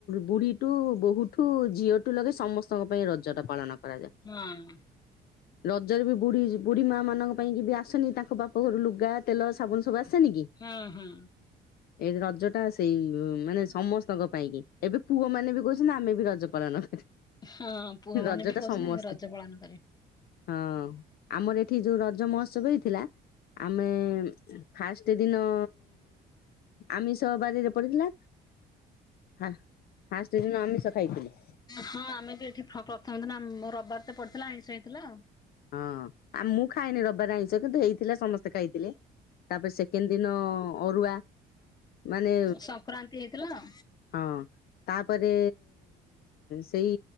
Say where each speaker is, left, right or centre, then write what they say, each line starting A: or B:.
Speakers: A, on the left; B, on the left.
A: ବୁଢ଼ୀଠୁ ବୋହୂଠୁ ଝିଅଠୁ ଲଗେ ସମସ୍ତଙ୍କ ପାଇଁ ରଜଟା ପାଳନ କରାଯାଏ।
B: <unintelligible>
A: ରଜାରେ ବି ବୁଢିି ବୁଢ଼ୀ ମାଆ ମାନଙ୍କ ପାଇଁ କି ବି ଆସେନି ତାଙ୍କ ବାପ ଘରୁ ଲୁଗା ତେଲ ସାବୁନ ସବୁ ଆସେନି କି?
B: ହଁ ହଁ।
A: ହ ଏଇ ରଜ ଟା ସେଇ ମାନେ ସମସ୍ତଙ୍କ ପାଇଁ କି ଏବେ ପୁଅ ମାନେ ବି କହୁଛନ୍ତି ଆମେ ବି ରଜ ପାଳନ
B: ହଁ ପୁଅ ମାନେ
A: ରଜ
B: ବି
A: ଟା
B: କହୁଛନ୍ତି
A: ସମସ୍ତେ
B: ଆମେ ରଜ ପାଳନକରିବୁ।
A: ହଁ ଆମର ଏଠି ଯୋଉ ରଜ ମହୋତ୍ସବ ହେଇ ଥିଲା। ଆମେ ଫାଷ୍ଟ ଦିନ ଆମିଷ ବାରିରେ ପଡିଥିଲା। ହା ଫାଷ୍ଟ ଦିନ ଆମିଷ ଖାଇଥିଲି।
B: ହଁ ଆମେ ବି ଏଠି ପ୍ରଥମେ ଦିନ ମୋ ରବିବାର ତ ପଡିଥିଲା ଆଇଁଷ ହେଇଥିଲା ଆଉ।
A: ହଁ ଆ ମୁଁ ଖାଇଏନି ରବିବାର ଆଇଁସ କିନ୍ତୁ ହେଇଥିଲା ସମସ୍ତେ ଖାଇଥିଲେ। ତାପରେ ସେକେଣ୍ଡ ଦିନ ଅରୁଆ। ମାନେ
B: ସଂକ୍ରାନ୍ତି ହେଇଥିଲା।
A: ହଁ ତାପରେ ସେଇ